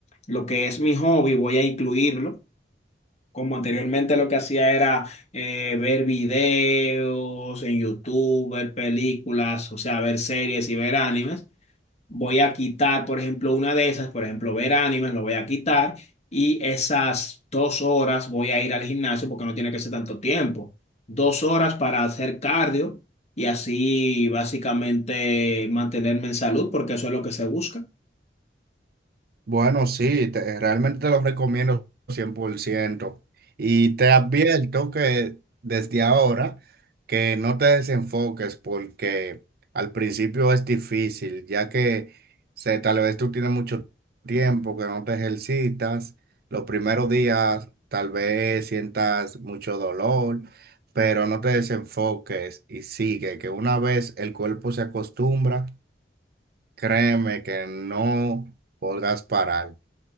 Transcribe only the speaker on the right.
Bueno, sí, te- realmente te lo recomiendo cien por ciento Y te advierto que desde ahora, que no te desenfoques porque al principio es difícil, ya que se, tal vez tú tienes mucho tiempo que no te ejercitas. Los primeros días tal vez sientas mucho dolor, pero no te desenfoques y sigue, que una vez el cuerpo se acostumbra. Créeme que no podrás parar.